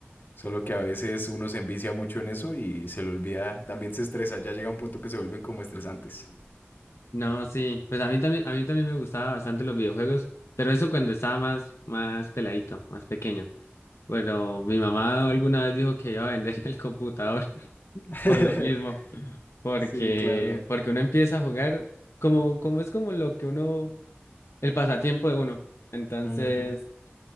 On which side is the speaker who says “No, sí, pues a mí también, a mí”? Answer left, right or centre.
Left